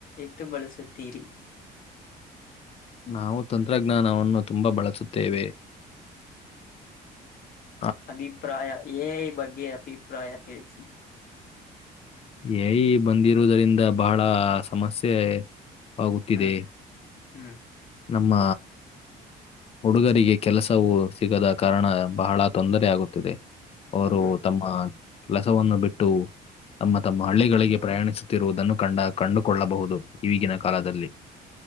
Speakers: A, on the left (about 55°); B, on the left (about 35°).
A: ಎತ್ತುು ಬಳಸುತ್ತೀರಿ
B: ನಾವು ತಂತ್ರಜ್ಞಾನವನ್ನು ತುಂಬಾ ಬಳಸುತ್ತೇವೆ ಹ
A: ಅಭಿಪ್ರಾಯ ಬಗ್ಗೆ ಅಭಿಪ್ರಾಯ ತಿಳಿಸಿ
B: ಎಐ ಬಂದಿರುವುದರಿಂದ ಬಹಳ ಸಮಸ್ಯೆ ಆಗುತ್ತಿದೆ
A: ಹ್ಮ್ ಹ್ಮ್
B: ನಮ್ಮ ಹುಡುಗರಿಗೆ ಕೆಲಸವೂ ಸಿಗದ ಕಾರಣ ಬಹಳ ತೊಂದರೆೆಯಗುತ್ತಿದೆ ಅವರು
A: ಹ್ಮ್
B: ತಮ್ಮ ಕೆಲಸವನ್ನು ಬಿಟ್ಟು ತಮ್ಮ ತಮ್ಮ ಹಳ್ಳಿಗಳಿಗೆ ಪ್ರಯಾಣಿಸುತ್ತಿರುವುದನ್ನು ಕಂಡ ಕಂಡುಕೊಳ್ಳಬಹುದು ಈಗಿನ ಕಾಲದಲ್ಲಿ
A: ಹ್ಮ್